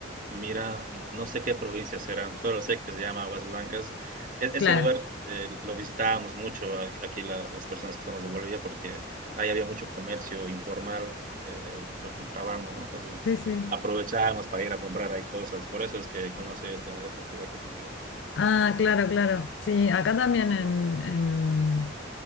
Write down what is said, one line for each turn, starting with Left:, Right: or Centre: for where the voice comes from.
Right: Mira, no sé qué provincia será, solo sé que se llama Aguas Blancas. E- ese
Left: Claro,
Right: lugar eh, lo visitábamos mucho a- aquí la- las personas que somos de Bolivia porque ahí había mucho comercio informal, eh, como el contrabando, ¿no? Entonces
Left: sí, sí.
Right: aprovechábamos para ir a comprar ahí cosas. Por eso es que conocí esta, esta ciudad que te digo.
Left: Ah, claro, claro. Sí, acá también
Right: Ujú.
Left: en, en